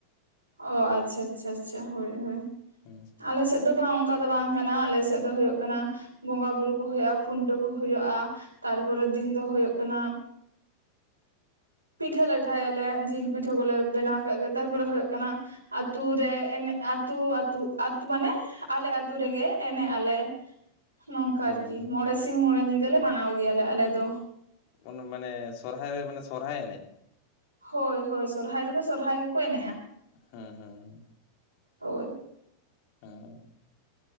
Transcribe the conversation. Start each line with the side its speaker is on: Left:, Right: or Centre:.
Right: ᱚ ᱟᱪᱪᱷᱟ ᱟᱪᱪᱷᱟ ᱟᱪᱪᱷᱟ ᱦᱳᱭ ᱦᱳᱭ᱾
Left: ᱦᱩᱸ
Right: ᱟᱞᱮ ᱥᱮᱜ ᱫᱚ ᱟᱫᱚ ᱚᱝᱠᱟ ᱫᱚ ᱵᱟᱝ ᱠᱟᱱᱟ ᱟᱞᱮ ᱥᱮᱫ ᱫᱚ ᱦᱩᱭᱩᱜ ᱠᱟᱱᱟ᱾ ᱵᱚᱸᱜᱟ ᱵᱩᱨᱩ ᱠᱚ ᱦᱳᱭᱳᱜ-ᱟ ᱠᱷᱩᱱᱴᱟᱹᱣ ᱠᱚ ᱦᱳᱭᱳᱜ-ᱟ ᱛᱟᱨᱯᱚᱨᱮᱨ ᱫᱤᱱ ᱫᱚ ᱦᱳᱭᱳᱜ ᱠᱟᱱᱟ ᱯᱤᱴᱷᱟᱹ ᱞᱟᱴᱷᱟᱭ ᱟᱞᱮ ᱡᱤᱞ ᱯᱤᱴᱷᱟᱹ ᱠᱚᱞᱮ ᱵᱮᱱᱟᱣ ᱠᱟᱜ ᱜᱮ ᱛᱟᱨᱯᱚᱨᱮ ᱦᱳᱭᱳᱜ ᱠᱟᱱᱟ ᱟᱹᱛᱩ ᱨᱮ ᱮᱱᱮᱜ ᱟᱹᱛᱩ ᱟᱹᱛᱩ ᱟᱛ ᱢᱟᱱᱮ ᱟᱞᱮ ᱟᱹᱛᱩ ᱨᱮᱜᱮ ᱮᱱᱮᱜ ᱟᱞᱮ ᱱᱚᱝᱠᱟ
Left: ᱦᱩᱸ
Right: ᱟᱨᱠᱤ ᱢᱚᱬᱮ ᱥᱤᱧ ᱢᱚᱬᱮ ᱧᱤᱫᱟᱹᱞᱮ ᱢᱟᱱᱟᱣ ᱜᱮᱭᱟᱞᱮ ᱟᱞᱮ ᱫᱚ
Left: ᱚᱱᱮ ᱢᱟᱱᱮ ᱥᱚᱨᱦᱟᱭ ᱨᱮ ᱢᱟᱱᱮ ᱥᱚᱨᱦᱟᱭ ᱮᱱᱮᱡ
Right: ᱦᱳᱭ ᱦᱳᱭ ᱥᱚᱨᱦᱟᱭ ᱨᱮᱫᱚ ᱥᱚᱨᱦᱟᱭ ᱜᱮᱠᱚ ᱮᱱᱮᱜ-ᱟ
Left: ᱦᱮᱸ ᱦᱚᱸ
Right: ᱦᱳᱭ
Left: ᱦᱚᱸ